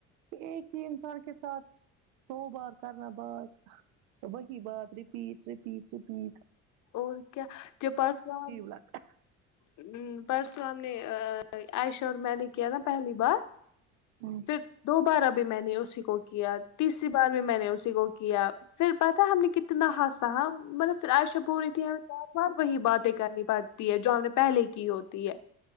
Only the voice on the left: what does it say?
اور کیا چپال صاحب
ہ پرسوں ہم نے عائشہ اور میں نے کیا نا پہلی بار
پھر دوبارہ بھی میں نے اسی کو کیا تیسری بار بھی میں نے اسی کو کیا پھر پتا ہم نے کتنا ہاسا مطلب پھر عایشہ پوری تھی ہمیں بار بار وہی باتیں کرنی پڑتی ہے جو ہم نے پہلے کی ہوتی ہے